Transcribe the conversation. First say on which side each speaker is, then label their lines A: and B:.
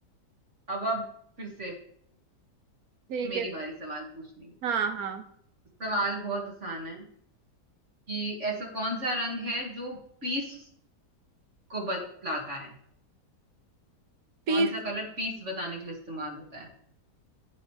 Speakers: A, on the right (about 45°); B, on the right (about 60°).
A: अब आप फिर से
B: ठीक
A: मेरी
B: है
A: बारी सवाल पूछने की
B: हाँ हाँ
A: सवाल बहुत आसान है कि ऐसा कौन सा रंग है जो पीस को बतलाता है
B: पीस
A: कौन सा कलर पीस बताने के लिए इस्तेमाल होता है